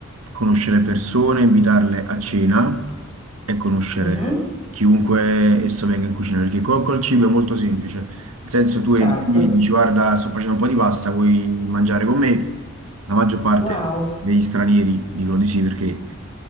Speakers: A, on the right (about 85°); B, on the left (about 25°).
A: conoscere persone, invitarle a cena e conoscere
B: Mhm.
A: chiunque esso venga in cucina, perché col, col cibo è molto semplice. Nel senso, tu
B: Certo.
A: entri lì e dici, guarda, sto facendo un po' di pasta, vuoi mangiare con me? La maggior parte
B: Wow.
A: degli stranieri dicono di sì perché il